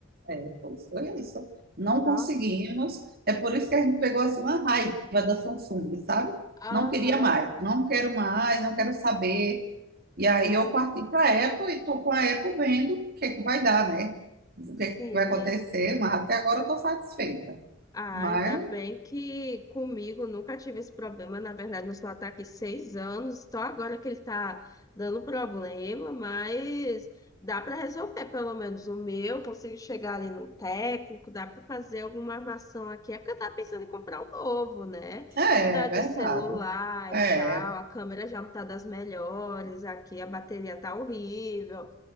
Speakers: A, on the right; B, on the left.
A: É, pois foi isso. Não conseguimos.
B: Nossa.
A: É por isso que a gente pegou assim, uma raiva da Samsung, sabe?
B: Aham,
A: Não queria mais, não quero mais, não quero saber. E aí eu parti para a Apple e estou com a Apple vendo o que é que vai dar, né? O
B: sim.
A: que é que vai acontecer, mas até agora eu estou satisfeita.
B: Ah,
A: Mas
B: ainda bem que comigo nunca tive esse problema. Na verdade, meu celular está aqui seis anos, só agora que ele está dando problema, mas dá para resolver pelo menos o meu. Consigo chegar ali no técnico, dá para fazer alguma armação aqui. É porque eu estava pensando em comprar um novo, né?
A: é,
B: Mudar
A: é
B: de
A: verdade.
B: celular
A: É,
B: e tal. A câmera já não está das melhores aqui, a bateria tá horrível.